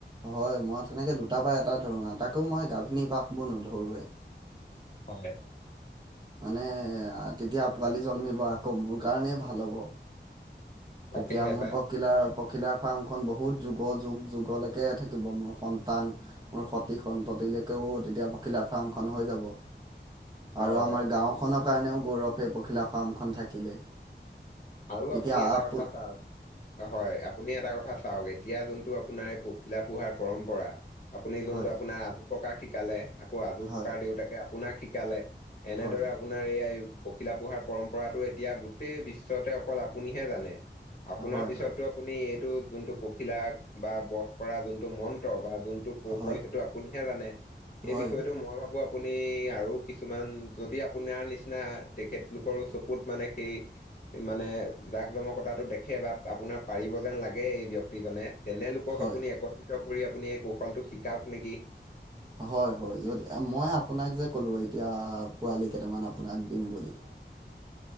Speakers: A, on the right; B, on the left.
A: হয় মই তেনেকে দুটাৰ পৰা এটা ধৰো, তাকো মই গাভিনী বাঘবোৰ নোধৰোৱে।
B: হয়।
A: মানে তেতিয়া পোৱালি জন্মিব আকৌ মোৰ কাৰণেই ভাল হ'ব।
B: তাকেহে
A: তেতিয়া মোৰ
B: পায়
A: পকিলাৰ পখিলাৰ ফাৰ্মখন বহুত যুগ-যুগ-যুগলৈকে থাকিব। মোৰ সন্তান, মোৰ সতি সন্ততি <unintelligible> তেতিয়া পখিলা ফাৰ্মখন হৈ যাব।
B: হয়
A: আৰু আমাৰ গাঁওখনৰ কাৰণেও গৌৰৱে সেই পখিলা ফাৰ্মখন থাকিলে।
B: আৰু
A: এতিয়া
B: আপুনি এটা
A: আপ
B: কথা চাওক, হয় আপুনি এটা কথা চাওক এতিয়া যোনটো আপোনাৰ এই পখিলা পোহাৰ পৰম্পৰা, আপুনি যোনটো
A: হয়
B: আপোনাৰ আ ককা শিকালে, আকৌ আজো
A: হয়
B: ককাৰ দেউতাকে আপোনাক শিকালে, এনেদৰে
A: হয়
B: আপোনাৰ এই পখিলা পোহাৰ পৰম্পৰাটো এতিয়া গোটেই বিশ্বতে অকল আপুনিহে জানে। আপোনাৰ
A: হয়
B: পিছতটো
A: হয়
B: আপুনি এইটো যোনটো পখিলাক বা বস কৰা যোনটো মন্ত্ৰ বা যোনটো কৌশল
A: হয়
B: সেইটো আপুনিহে জানে,
A: হয়
B: এই বিষয়টো মই ভাবো আপুনি আৰু কিছুমান যদি আপোনাৰ নিচিনা তেখেত লোকৰো চকুত মানে সেই মানে জাক জমকতাটো দেখে বা আপোনাৰ পাৰিব যেন লাগে এই ব্যক্তিজনে। তেনে লোকক
A: হয়
B: আপুনি একত্ৰিত কৰি আপুনি এই কৌশলটো শিকাওক নেকি।
A: হয়, হয় যদি মই আপোনাক যে ক'লো এতিয়া পোৱালি কেইটামান আপোনাক দিম বুলি।
B: <inaudible>